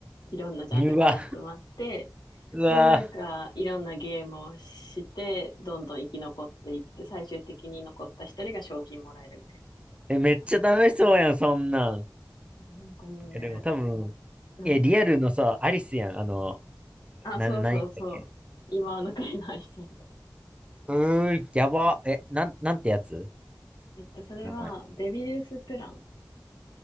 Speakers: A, on the left; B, on the right.
A: <laughs> いろんなジャンルから集まって、
B: ーうわ、うわ、
A: で、なんか、いろんなゲームをして、どんどん生き残っていって、最終的に残った一人が賞金もらえるみたいな
B: え、めっちゃ楽しそうやん、
A: 感じ。
B: そんなん。い
A: なんかもうね、
B: や、でも多分、
A: うん。
B: え、リアルのさ、アリスやん、あの、
A: あ、
B: なん、
A: そうそうそう。
B: なんやったっけ、
A: 今の国のアリスみたいな。
B: うー、やば。え、なん、なんてやつ
A: えっと、それは、
B: 名前。
A: デビルスプラン。